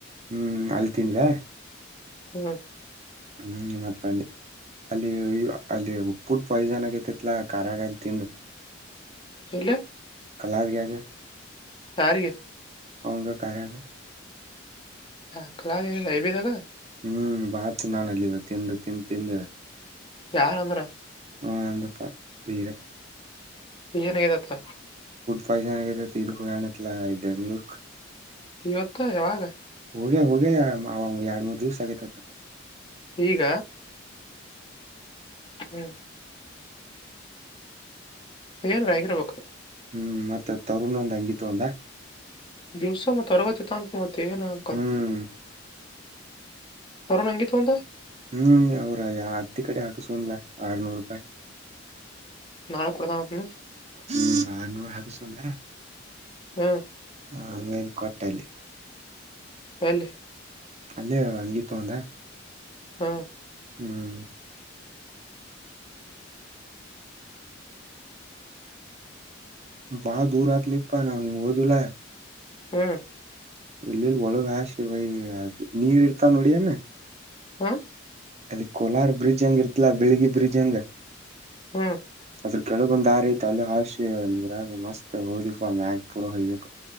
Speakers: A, on the right; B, on the left.
A: ಹ್ಮ್ ಅಲ್ಲಿ ತಿಂದವಾ
B: ಹ್ಮ್
A: ಹ್ಮ್ ಮತ್ ಅಲ್ಲಿ ಅಲ್ಲಿ ಉ ಪುಡ್ ಪಾಯ್ಸನ್ ಆಗೈತೆ ಇಲ ಕಾರಖರಾಗಲ್ಲ ತಿಂಡ
B: ಚಲ್ಲ
A: ಕಲ ಹಾಸ ಗದೆ
B: ಯರಿಗೆ
A: ಅವಂಗ ಕಾರರಾಗ
B: ಹಾ ಕಲಾನಲ್ಲ ಇಬ ನಾಗ
A: ಹ್ಮ್ ಬಾತಿ ನಾನಲ್ಲಿ ತಿಂದು ತಿಂದ ತಿಂದೆ
B: ಯಾರ ಅಂದ್ರ
A: <unintelligible>
B: ಈಗನ್ಗದತ್ತ
A: ಪಹ ಜಾನಾಗ ಇದು ಆಲ ಬೆಂಗಳೂರ್
B: ಇವತ್ತಾವಾಗ
A: ಹೋಗೆ ಹೋಗೆ ಎರಡ್ ಮೂರ್ ದಿವಸ ಆಗೈತತ್ತ
B: ಈಗ ಹ್ಮ್ ಏನ್ ರ ಆಗಿರ್ಬೇಕು
A: ಹ್ಮ್ ಮತ್ತತ್ ತರುನೊಂದ ಹಂಗತ್ತು ಒಂದ
B: ದಿವಸ ಮತ್ತು ಅರವತ್ತ ತನಕು ಮತ್ತೇನ ಅಂಕಲ್
A: ಹ್ಮ್
B: ರ ನಗೆ ತದ
A: ಹ್ಮ್ ಅವ್ರ ಯ ಹತ್ತಿ ಕಡೆ ಹಾಕಸೂನ್ಲ ಆರ್ನೂರು ರೂಪಾಯಿ
B: ನಾಳೆ ಕೊಡ್ತಾನತ್ನ
A: ಹ್ಮ್ಮ್ ಆರ್ನೂರು ಹಾಕುಸ್ಕೊಂಡ್ರ
B: ಹ್ಮ್
A: ಆಮೇಲ್ ಕೊಟ್ಟಲೆ
B: <inaudible>
A: ಅಲ್ಲಿೇ ಹಂಗೀ ತಂದ
B: ಹ್ಮ
A: ಹ್ಮ್ ವಾ ದೂರ ಆತ್ಲಿಪ್ಪ ನಾ ಹ ಓದುುಲ
B: ಹ್ಮ್
A: ಇಲ್ಲಿಲ್ಲಿ ಒಳಗ ಆಶ ಭಯ ನೀರ್ ಇರ್ತಾವ ನೋಡಿಯನ
B: ಹಾ
A: ಅಲ್ಲಿ ಕೋಲಾರ ಬ್ರಿಡ್ಜ್ ಹಂಗಿರ್ತಿಲಾ ಬಿಳಿಗಿ ಬ್ರಿಡ್ಜ್ ಹಂಗ
B: ಹ್ಮ್
A: ಅದ್ರ ಕೆಳಗೊಂದು ದಾರಿ ತಲೆ ಹಾಶಿ ನೀರಾಗ ಮಸ್ತ್ ಹೋದಿಪ್ಪ ಮ್ಯಾಗ್ ಪೂರ ಹೊಯ್ಬೇಕು